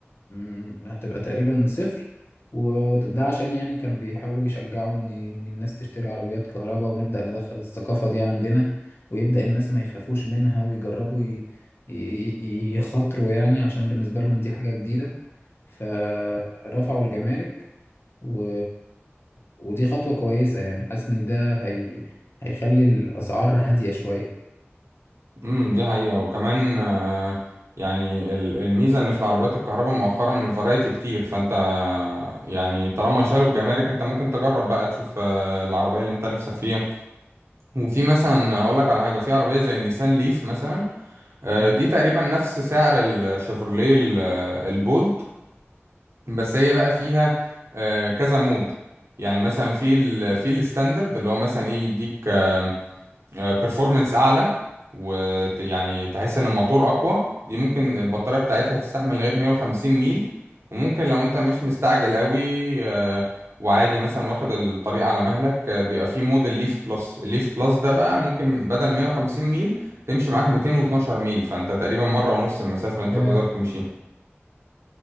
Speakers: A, on the left; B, on the right.
A: مم، هتبقى تقريبا صفر وده عشان يعني كانوا بيحاولوا يشجعوا ان إن الناس تشتري عربيات كهرباء ونبدأ ندخل الثقافة دي عندنا ويبدأ الناس ما يخافوش منها ويجربوا ي- ي- ي- يخاطروا يعني علشان بالنسبة لهم دي حاجة جديدة فرفعوا الجمارك و... ودي خطوة كويسة يعني حاسس ان ده هي... هيخلي الأسعار هادية شوية
B: امم دي حقيقة وكمان آه، يعني ال- الميزة ان في العربيات الكهرباء مؤخرا الفرايتي كتير فانت يعني طالما شالوا الجمارك انت ممكن تجرب بقى تشوف آه، العربية اللي انت نفسك فيها وفي مثلا هقول لك على حاجة في عربية زي النيسان ليف مثلا آه،
A: مم.
B: دي تقريبا نفس سعر الشيفروليه ال- آه، البولت بس هي بقى فيها آه، كذا مود يعني مثلا في ال في الستاندرد اللي هو مثلا ايه يديك بيرفورمانس اعلى ويعني تحس ان الموتور اقوى دي ممكن البطارية بتاعتها تستحمل لغاية 150 ميل وممكن لو انت مش مستعجل قوي آه، وعادي مثلا واخد الطريق على مهلك آه، بيبقى في موديل ليف بلس الليف بلس ده بقى ممكن بدل 150 ميل تمشي معاك 212 ميل فانت تقريبا مرة ونص المسافة اللي انت
A: يا
B: تقدر تمشيها